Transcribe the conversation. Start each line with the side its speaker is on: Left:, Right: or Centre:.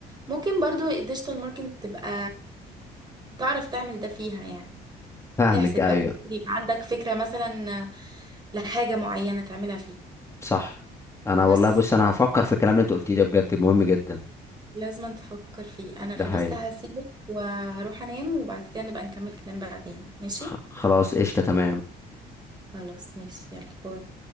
Right: ممكن برضو الديجيتال ماركتينج تبقى تعرف تعمل ده فيها يعني
Left: فاهمك
Right: تحسب
Left: ايوه
Right: بقى يبقى عندك فكرة مثلا لحاجة معينة تعملها فيه
Left: صح انا
Right: بس
Left: والله بص انا هفكر في الكلام اللي انت قلتيه ده بجد مهم جدا
Right: لازم تفكر فيه انا
Left: ده حقيقي
Right: بس هسيبك وهروح انام وبعد كده نبقى نكمل كلام بعدين ماشي
Left: خ- خلاص قشطه تمام
Right: خلاص ماشي يلا باي